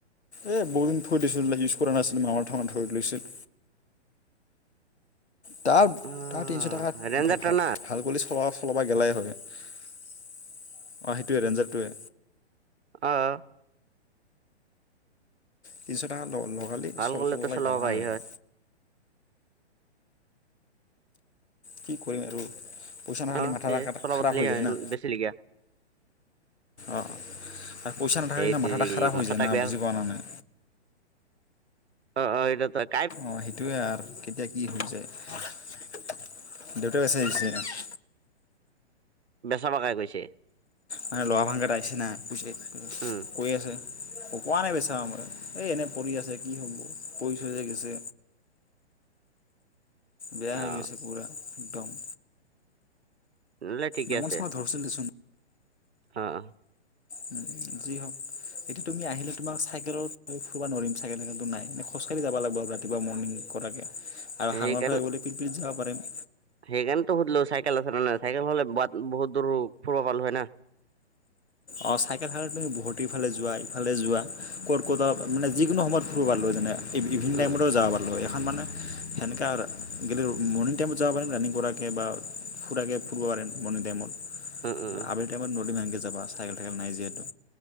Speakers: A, on the left; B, on the right.
A: এই বহুতদিন থৈ দিছিলোঁ ইউজ কৰা নাছিলোঁ মামৰ ঠামৰ ধৰি লৈছে। তাৰ
B: অ
A: তাৰ তিনিশ টকা
B: ৰেঞ্জাৰটা
A: ভাল
B: না
A: ভাল কৰি চলাব ফলৰ পৰা গেলাই হয় অঁ সেইটোৱে ৰেঞ্জাৰটোৱে
B: অ
A: তিনিশ টকা লগালি
B: ভাল
A: চল
B: কৰিলেতো
A: চললৈ
B: চলাব
A: গেলা
B: পাৰি
A: হয় আৰু কি কৰিম আৰু পইচা নাথাকিলে
B: অ
A: মাথা
B: এ
A: এটা
B: চলাব
A: খাৰাপ
B: দিলি
A: হৈ
B: হয়,
A: যায় না।
B: বেচিলি কিয়া
A: অঁ আৰু পইচা নাথাকিল
B: হেই
A: নে মাথা এটা খাৰাপ হৈ
B: মাথাটা
A: যায় না
B: বেয়া
A: বুজি পোৱা ন নাই
B: অ অ এইটা তাক
A: অঁ সেইটোৱে আৰ কেতিয়া কি হৈ যায় দেউতা বেচাই আহিছে
B: বেচাবা কাই কৈছে
A: মানে লহা ভাংগটা আইছে না কৈছে
B: উম
A: কৈ আছে পকোৱা নাই বেচা আমাৰ এই এনে পৰি আছে কি হ'ব পৰিচ গৈছে বেয়া
B: অ
A: হৈ গৈছে পুৰা একদম
B: নহলে ঠিকে
A: নাঙল
B: আছে
A: চাঙল ধৰিছিল দেচোন
B: অ অ
A: উম', যি হওক। এতিয়া তুমি আহিলে তোমাক চাইকেলত ফৰিব নোৱাৰৰিম, চাইকেল চাইকেলটো নাই, এনে খোজকাঢ়ি যাব লাগিব আৰু ৰাতিপুৱা মৰ্ণিং। কৰাকে আৰু শালমৰাৰ
B: সেইকাৰণে
A: ফালে গ'লে পিৰপিৰিত যাব পাৰিম।
B: সেইকাৰণেতো সুধিলো চাইকেল আছে নে নাই, চাইকেল হ'লে বাট বহুত দূৰ ফুৰিব পালো হয় না।
A: অঁ', চাইকেল থকা হেতিন তুমি বহুতিফালে যোৱা, ইফালে যোৱা, ক'ত ক'তাত মানে যিকোনো সময়ত ফুৰিব পাৰোঁ যেনে ইভিনিং
B: উম
A: টাইমতো যাব পাৰ লয় এখন মানে সেনেকা গেলোঁ মৰ্ণিং টাইমত যাব পাৰিম ৰানিং কৰাকে বা ফুৰাকে ফুুৰিব পাৰিম মৰ্ণিং টাইমত।
B: উম উম
A: আবেলি টাইমত নৰিম এনকে যাবা চাইকেল টাইকেল নাই যিহেতু,